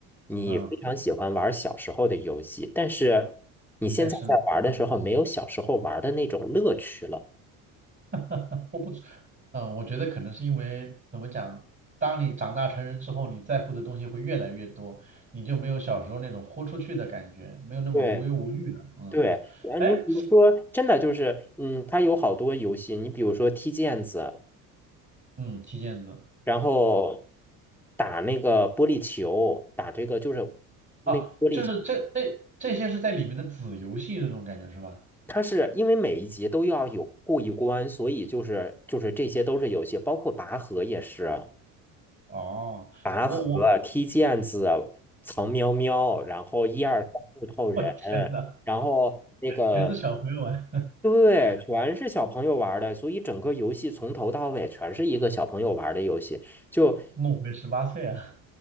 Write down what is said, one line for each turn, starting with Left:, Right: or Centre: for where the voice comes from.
Centre: 你非常喜欢玩小时候的游戏，
Right: 嗯，
Centre: 但是你现在在玩的时候没有小时候玩的那种乐趣了。
Right: 但是 <laughs> 我不知，嗯，我觉得可能是因为怎么讲，当你长大成人之后，你在乎的东西会越来越多，你就没有小时候那种豁出去的感觉，没有那么无忧无虑了，
Centre: 对。
Right: 嗯，
Centre: 对，啊，
Right: 哎，
Centre: 你比如说，真的就是，嗯，它有好多游戏，你比如说踢毽子，
Right: 嗯，踢毽子。
Centre: 然后打那个玻璃球，打这个就是那个玻璃，
Right: 啊，就是这这这些是在里面的子游戏这种感觉是吧？
Centre: 它是因为每一集都要有过一关，所以就是就是这些都是游戏，包括拔河也是，
Right: 哦，
Centre: 拔河、
Right: 我我
Centre: 踢毽子、藏喵喵，然后一二三木头人，
Right: 我天呐，
Centre: 然后那个
Right: 全是小朋友玩，
Centre: 对，全是小朋友玩儿的，所以整个游戏从头到尾全是一个小朋友玩儿的游戏。就，
Right: <laughs> 梦回十八岁啊。